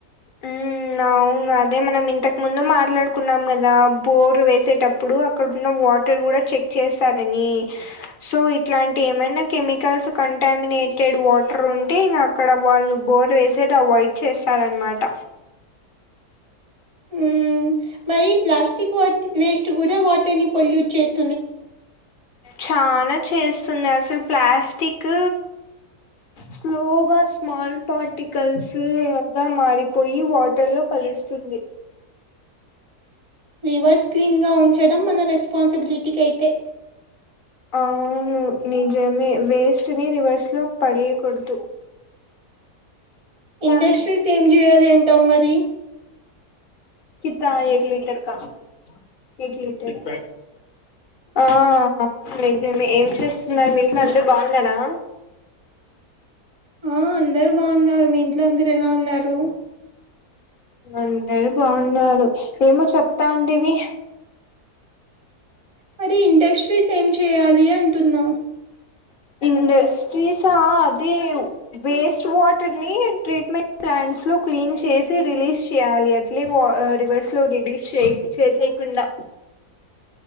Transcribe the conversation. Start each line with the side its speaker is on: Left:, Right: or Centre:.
Left: ఉమ్ అవును అదే మనం ఇంతకు ముందు మాట్లాడుకున్నాం కదా బోర్ వేసేటప్పుడు అక్కడన్న వాటర్ కూడా చెక్ చేస్తారని సో ఇట్లాంటి ఏమైనా కెమికల్స్ కంటామినేటెడ్ వాటర్ ఉంటే అక్కడ వాళ్ళు బోర్ వేసేది అవాయిడ్ చేస్తారనమాట
Right: ఉ మరి ప్లాస్టిక్ వాట వేస్ట్ కూడా వాటర్ ని పొల్యూట్ చేస్
Left: చనా చేస్తుంది అసలు ప్లాస్టిక్ స్లోగా స్మాల్ పార్టికల్స్గా మారిపోయి వాటర్లో కలుస్తుంది
Right: రివర్స్ క్లీన్ గా ఉంచడం మన రెస్పాన్సిబిలిటీకి అయితే
Left: అవును నిజమే వేస్ట్ ని రివర్స్ లో పడేయకూడదు క్యాబ్
Right: ఇండస్ట్రీస్ ఏం చేయాలి అంటావు మరి
Left: కిత్త ఏక్ లీటర్ కా ఏక్ లీటర్ ఆ అవును నిజమే ఏం చేస్తున్నారు మీ ఇంట్లో అందరు బాగున్నారా
Right: ఆ అందరు బాగున్నారు మీ ఇంట్లో అందరు ఎలా ఉన్నారు
Left: అంటారు బాగున్నారు ఏమో చెప్తాండివి
Right: మరి ఇండస్ట్రీస్ ఏం చేయాలి అంటున్నా
Left: ఇండస్ట్రీస్ ఆ అదే వేస్ట్ వాటర్ ని ట్రీట్మెంట్ ప్లాంట్స్ లో క్లీన్ చేసి రిలీజ్ చేయాలి ఇలీ రివర్స్ లో రిడిస్ చే చేసయకుండా